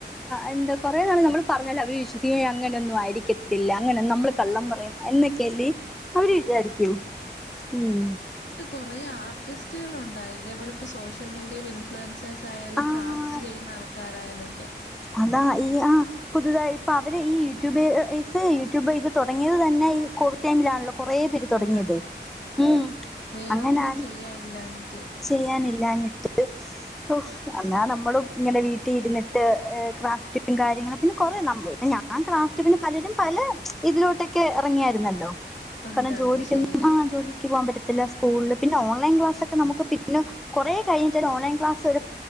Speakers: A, in the centre; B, on the left.
A: എന്ത കൊറെ നാൾ നമ്മള് പറഞ്ഞാല് അവര് വിശ്വസിക്ക അങ്ങനെ ഒന്നും ആയിരിക്കത്തില്ല അങ്ങനെന്നമ്മള് കള്ളം പറയും. എന്നൊക്കെയല്ലേ അവര് വിചാരിക്കൂ ഉം
B: കുറേ ആർട്ടിസ്റ്റുകളുണ്ടായി ഇതേപോലെ പ്പോ സോഷ്യൽ മീഡിയയിൽ ഇൻഫ്ലുവൻസേഴ്സ് ആായാലും
A: ആഹ്
B: ക്രാഫ്റ്റ് ചെയ്യുന്ന ആൾക്കാരായാലൊക്കെ
A: അതാ ഈ ആ പുതുതായി പ്പൊ അവര് ഈ യൂട്യൂബേയ്‌സ് യൂട്യൂബൈത് തുടങ്ങിയത് തന്നെ ഐൽ കോവിടൈമിലാണല്ലോ കൊറേ പേര് തുടങ്ങിയത്
B: അതാ
A: ഉം
B: വേറൊന്നും
A: അങ്ങനാണ്.
B: ചെയ്യാനില്ലാഞ്ഞിട്ട്
A: ചെയ്യാനില്ലാഞ്ഞിട്ട് ഒ എന്നാ നമ്മളും ഇങ്ങനെ വീട്ടി ഇരുന്നിട്ട് എ ഏഹ് ക്രാഫ്റ്റും കാര്യങ്ങളും പിന്നെ കൊറേ നമ്മൾ ഞാൻ ക്രാഫ്റ്റുകളും പലരും പലെ ഇതിലോട്ടൊക്കെ എറങ്ങിയായിരുന്നല്ലോ
B: ഉണ്ട്
A: കാരണം ജോലിക്കൊന്നും
B: ഉണ്ട് ശരിയാ
A: ആ ജോലിക്ക് പോകാൻ പറ്റത്തില്ല. സ്കൂളില് പിന്നെ ഓൺലൈൻ ക്ലാസൊക്കെ നമുക്ക് പിന്നെ കുറേ കഴിഞ്ഞിട്ടാണ് ഓൺലൈ ക്ലാസെടു